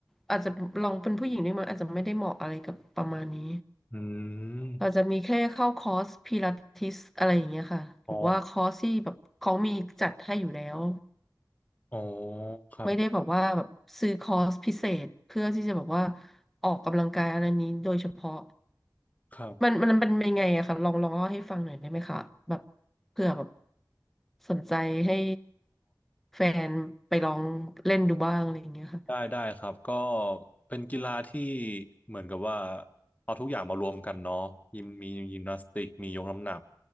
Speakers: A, in the centre; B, on the left.
A: อาจจะลองเป็นผู้หญิงด้วยมั้งอาจจะไม่ได้เหมาะอะไรกับประมาณนี้
B: อืม
A: เราจะมีแค่เข้าคอร์สพิลาทิสอะไรอย่างเงี้ยค่ะหรือว่าคอร์สที่แบบเขามีจัดให้อยู่แล้ว
B: อ๋ออ๋อครับ
A: ไม่ได้แบบว่าแบบซื้อคอร์สพิเศษเพื่อที่จะแบบว่าออกกำลังกายอะไรนี้โดยเฉพาะ
B: ครับ
A: มันมันเป็นยังไงอะคะลองลองเล่าให้ฟังหน่อยได้ไหมคะแบบเผื่อแบบสนใจให้แฟนไปลองเล่นดูบ้างอะไรอย่างเงี้ยค่ะ
B: ได้ได้ครับก็เป็นกีฬาที่เหมือนกับว่าเอาทุกอย่างมารวมกันเนาะยิมมียิมนาสติกมียกน้ำหนัก